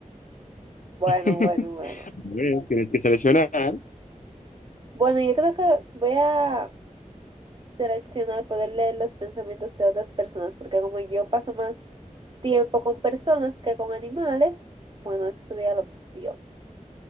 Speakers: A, on the right; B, on the left.
A: Bueno,
B: <laughs>
A: bueno, bueno.
B: Bueno, Tienes que seleccionar.
A: Bueno, yo creo que voy a seleccionar, poder leer los pensamientos de otras personas, porque como yo paso más tiempo con personas que con animales, bueno, eso ya lo opción.